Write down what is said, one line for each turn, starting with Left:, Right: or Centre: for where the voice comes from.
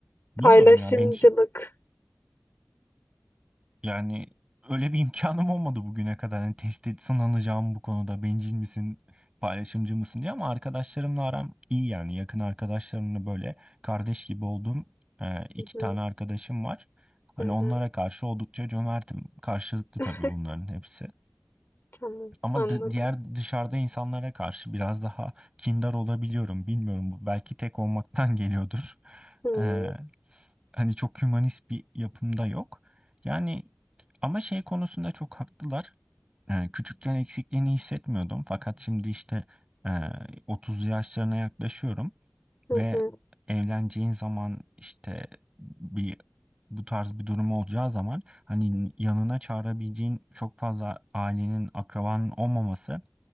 Right: bilmiyorum
Left: <laughs> paylaşımcılık.
Right: ya bencil yani öyle bir <laughs> imkanım olmadı bugüne kadar hani test et sınanacağım bu konuda bencil misin paylaşımcı mısın diye ama arkadaşlarımla aram iyi yani yakın arkadaşlarımla böyle kardeş gibi olduğum e, iki
Left: Hı hı,
Right: tane arkadaşım var hani
Left: hı hı.
Right: onlara karşı oldukça cömertim karşılıklı
Left: <laughs>
Right: tabii bunların hepsi
Left: Tamam
Right: Ama
Left: anladım.
Right: dı- diğer dışarıda insanlara karşı biraz daha kindar olabiliyorum. Bilmiyorum bu belki tek olmaktan <laughs> geliyordur.
Left: Hı hı,
Right: Ee, hani çok hümanist bir yapımda yok. Yani ama şey konusunda çok haklılar. Ee, küçükken eksikliğini hissetmiyordum. Fakat şimdi işte e, 30 yaşlarına yaklaşıyorum.
Left: hı
Right: Ve
Left: hı.
Right: evleneceğin zaman işte bir bu tarz bir durum olacağı zaman hani yanına çağırabileceğin çok fazla ailenin akrabanın olmaması